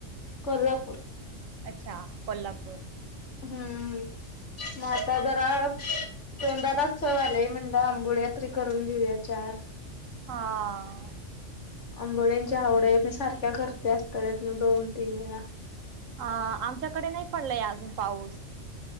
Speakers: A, on the left; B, on the right.
A: कोल्हापूर
B: अच्छा कोल्हापूर
A: हम्म मग आता जरा तंदालात्सव झालेय म्हणजे आंबोळ्या तरी करून घेऊया चार.
B: हा
A: आंबोळींच्या आवडया मी सारख्या करते आठवड्यातून दोन तीन वेळा.
B: अ आमच्याकडे नाही पडलाय अजून पाऊस.